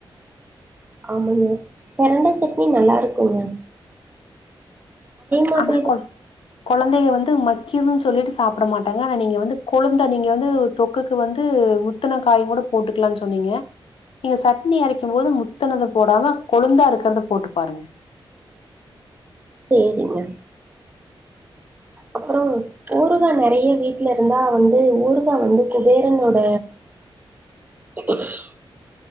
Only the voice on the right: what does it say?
ஆமாங்க பெரண்ட சட்னி நல்லா இருக்குங்க மாதிரி
தான்
சேரிங்க அப்புறோ ஊறுகா நெறய வீட்ல இருந்தா வந்து ஊறுகா வந்து குபேரனோட <inaudible>